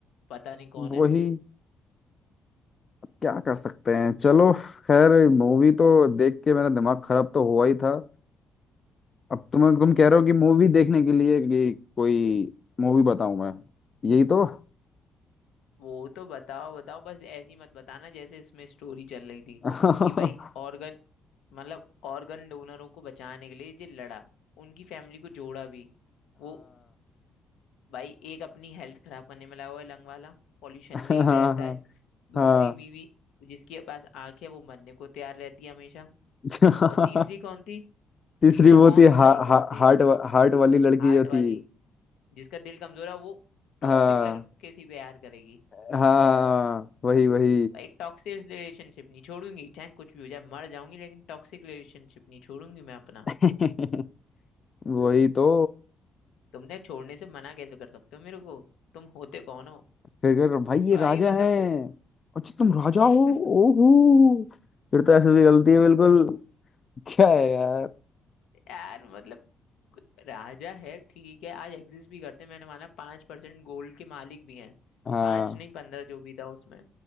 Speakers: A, on the left (about 80°); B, on the left (about 40°).
A: पता नहीं कौन है
B: वही क्या कर सकते हैं चलो खैर मूवी तो देख के मेरा दिमाग खराब तो हुआ ही था अब तुम तुम कह रहे हो कि मूवी देखने के लिए कि कोई मूवी बताऊं मैं यही तो <laughs>
A: वो तो बताओ बताओ बस ऐसी मत बताना जैसे इसमें स्टोरी चल रही थी
B: हाँ
A: कि भाई ऑर्गन मतलब ऑर्गन डोनरों को बचाने के लिए जो लड़ा उनकी फैमिली को जोड़ा भी वो भाई एक अपनी हेल्थ खराब करने में लगा हुआ है लंग वाला पॉल्यूशन
B: हाँ
A: में ही रहता है दूसरी
B: हाँ हाँ
A: बीवी जिसके पास आंख है वो मरने को तैयार रहती है हमेशा
B: <laughs>
A: और तीसरी कौन थी
B: तीसरी
A: तीसरा
B: वो
A: कौन
B: थी हा,
A: था या
B: हा,
A: कौन थी
B: हार्ट वा- हार्ट वाली लड़की
A: हार्ट
B: जो
A: वाली
B: थी
A: जिसका दिल कमजोर है वो टॉक्सिक
B: हाँ
A: लड़के से प्यार करेगी
B: हाँ हाँ, वही वही
A: भाई टॉक्सिक रिलेशनशिप नहीं छोड़ूंगी चाहे कुछ भी हो जाए मर जाऊंगी लेकिन टॉक्सिक रिलेशनशिप नहीं छोड़ूंगी मैं अपना
B: <laughs> वही तो
A: तुमने छोड़ने से मना कैसे कर सकते हो मेरे को तुम होते कौन हो
B: फिर कह, भाई ये
A: भाई
B: राजा
A: मतलब
B: है अच्छा तुम राजा हो
A: <laughs>
B: ओहो फिर तो ऐसे भी गलती है बिल्कुल क्या है यार
A: यार मतलब राजा है ठीक है आज एग्जिस्ट भी करते हैं मैंने माना पांच परसेंट गोल्ड के मालिक भी हैं
B: हाँ
A: पांच नहीं पंद्रह जो भी था उसमें